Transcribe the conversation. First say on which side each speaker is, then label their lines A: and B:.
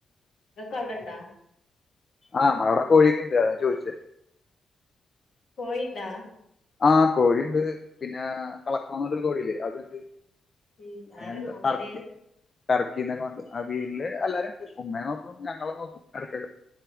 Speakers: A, on the left (about 60°); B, on the left (about 35°).
A: ങ്ങക്കവടണ്ടാ
B: ആഹ് മഅടെ കോഴിക്കെണ്ട് അതാ ചോയ്ച്ചെ
A: കോയിണ്ടാ
B: ആഹ് കോഴിണ്ട് പിന്നെ കളക്കം ന്നർട്ടൊര് കോഴില്ലേ അത്ണ്ട്
A: ഉം
B: അയ്നന്താ
A: ആരാ നോക്കല്
B: ട്ടർക്കിയോ ട്ടർക്കിന്നൊക്കെണ്ട് ആഹ് വീട്ല് എല്ലാര്ണ്ട് ഉമ്മേം നോക്കും ഞങ്ങളും നോക്കും എടക്കക്കെ